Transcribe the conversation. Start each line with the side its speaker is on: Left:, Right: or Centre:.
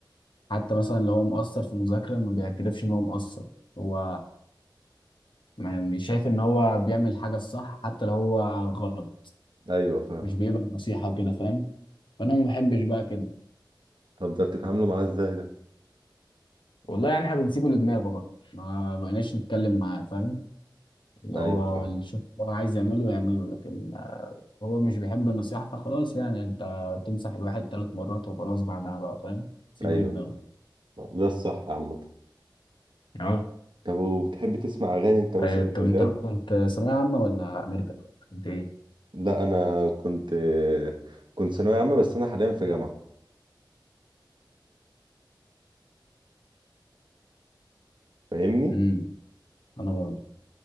Left: حتى مثلا لو هو مقصر في مذاكرة ما بيعترفش ان هو مقصر هو ما بي- شايف ان هو بيعمل حاجة الصح حتى لو هو غلط
Right: ايوه فاهم
Left: مش بيقبل النصيحة وكده فاهم فانا ما بحبش بقى كده
Right: طب ده بتتعاملوا معاه ازاي ده
Left: والله يعني احنا بنسيبه لدماغه بقى ما بقيناش نتكلم معاه فاهم اللي
Right: ايوه
Left: هو هو
Right: فاهم
Left: اللي شوف هو عايز يعمله يعمله لكن هو مش بيحب النصيحة فخلاص يعني انت تمسح الواحد ثلاث مرات وخلاص بعدها بقى فاهم سيبه
Right: ايوه
Left: لدماغه
Right: فاهم ده الصح عامة
Left: اه
Right: طب وبتحب تسمع اغاني انت مثلا
Left: آه، طب
Right: يا زياد
Left: انت كنت ثانوية عامة ولا امريكا كنت ايه
Right: لا انا كنت كنت ثانوية عامة بس انا حاليا في جامعة فاهمني
Left: امم انا برضه